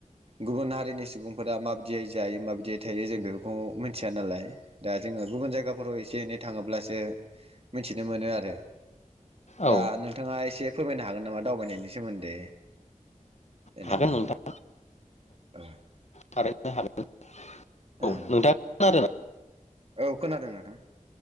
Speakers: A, on the right; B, on the left.
A: गुबुन हारिनि सुबुंफोरा माबायदियै जायो माबायदियै थायो जों बे खौ मिथिया नालाय दा जोङो गुबुन जायगाफोराव एसे एनै थाङोब्लासो मिथिनो मोनो आरो
B: औ
A: दा नोंथाङा एसे फोरमायनो हागोन नामा दावबायनायनि सोमोन्दै जेनेबा
B: हागोन नोंथां
A: औ
B: थारैनो हागोन औ
A: ओं
B: नोंथाङा खोनादोंना
A: औ खोनादों नोंथां